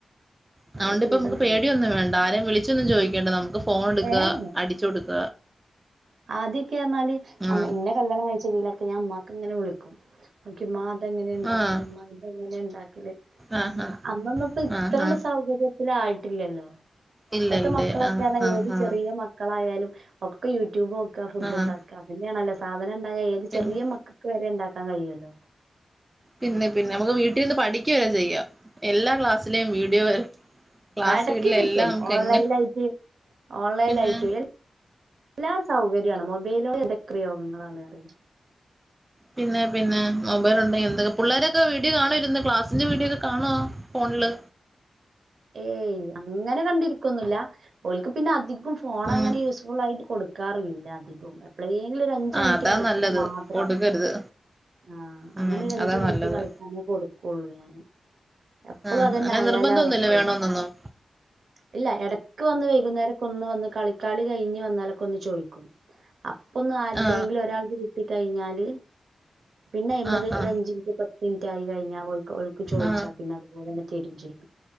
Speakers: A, on the right (about 20°); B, on the right (about 65°).
A: അതുകൊണ്ട്
B: ഏത്
A: ഇപ്പം
B: വിധം
A: നമുക്ക് പേടിയൊന്നും
B: ഫുഡും
A: വേണ്ട ആരെയും വിളിച്ചൊന്നും ചോയിക്കണ്ട നമുക്ക് ഫോൺ എടുക്ക
B: ഏഹ്
A: അടിച്ചു കൊടുക്ക
B: ആദ്യക്കെ റന്നാല്
A: ഉം
B: ഇന്നെ കല്യാണം കഴിച്ചതിലൊക്കെ ഞാഉമ്മാക്ക് ഇങ്ങനെ വിളിക്കും നോക്കി ഇമ്മാ ഇതെങ്ങനെ ഇണ്ടാക്കണ്ടേ
A: ആഹ്
B: ഇമ്മാ എങ്ങനെയാ ഇണ്ടാക്കല്
A: ആഹ്
B: അന്നൊന്ന് പ്പോ ഇത്രോണ്ട്
A: ആഹ് ആഹ്
B: സൗകര്യത്തിലായിട്ടില്ലല്ലോ
A: ഇല്ലല്ലേ
B: ഇപ്പത്തെ മക്കളൊക്കെയാണ്
A: ആഹ് ആഹ്
B: ഏത്
A: ആഹ്
B: ചെറിയ മക്ക ക്കളായാലും ഒക്കെ യൂട്യൂബ് നോക്ക ഫുഡ്ണ്ടാക്ക
A: ആഹ്
B: അതന്നെയാണല്ലോ സാധനം ഇണ്ടായ ഏത്
A: പിന്നെ
B: ചെറിയ മക്ക ക്ക് വരെ ഇണ്ടാക്കാൻ കഴിയല്ലോ
A: പിന്നെ പിന്നെ നമുക്ക് വീട്ടിനിന്ന് പഠിക്കവരെ ചെയ്യാം എല്ലാ ക്ലാസ്സിലെയും വീഡിയോ വരെ ക്ലാസ്
B: എടക്കി
A: വീട്ടിലെ
B: കിട്ടും
A: എല്ലാം നമുക്ക്
B: ഓൺലൈലായിട്ട്
A: എങ്ങനെ
B: ഓൺലൈലായിട്ട്
A: പിന്നെ
B: എല്ലാം സൗകര്യാണ് മൊബൈലോണ്ട് എന്തക്കെ ഉയോഗങ്ങളാണ് അറിയ
A: പിന്നെ പിന്നെ മൊബൈലൊണ്ടെങ്കി എന്തൊക്കെ പുള്ളേരൊക്കെ വീഡിയോ കാണോ ഇരുന്ന് ക്ലാസ്സിൻ്റെ വീഡിയോക്കെ കാണോ ഫോണില്
B: ഏയ് അങ്ങനെ കണ്ടിരിക്കൊന്നുല്ല ഓൾക്ക് പിന്നെ അധി കും ഫോണങ്ങനെ
A: ഉം
B: യൂസ്ഫുൾ ആയിട്ട് കൊടുക്കാറില്ല അധികും എപ്പളേങ്കിലും ഒരു അഞ്ചു
A: ആ
B: മിനിറ്റ്
A: അതാ
B: കളിക്കാൻ
A: നല്ലത്
B: മാത്രാ
A: കൊടുക്കരുത്
B: ആഹ് അങ്ങനെ
A: ഉം
B: ഒരു അഞ്ചു
A: അതാ
B: മിനിറ്റ്
A: നല്ലത്
B: കളിക്കാനേ കൊടുക്കൊള്ളൂ ഞാന് എപ്പളും
A: ആ
B: അതന്നെ
A: അങ്ങനെ
B: ആയാല്
A: നിർബന്ധമൊന്നുമില്ല
B: അവര്ക്കെ
A: വേണോന്നൊന്നും
B: ഇല്ല എടക്ക് വന്ന് വെയ്കുന്നേരൊക്കൊന്ന് വന്ന് കളി കളി കഴിഞ്ഞ് വന്നാലൊക്കെ ഒന്ന് ചോയിക്കും അപ്പൊന്ന് ആര്തെങ്കിലും
A: ആ
B: ഒരാൾക്ക് കിട്ടി കഴിഞ്ഞാല് പിന്നെ അയിമത്
A: ആ ആ
B: ഒരു അഞ്ച് മിനിറ്റ് പത്ത് മിനിറ്റ് ആയി കഴിഞ്ഞ ഓൾക്ക് ഓൾക്ക് ചോയിച്ചാ
A: ആ
B: പിന്നെ ഓരയിനാത്ത് <unintelligible>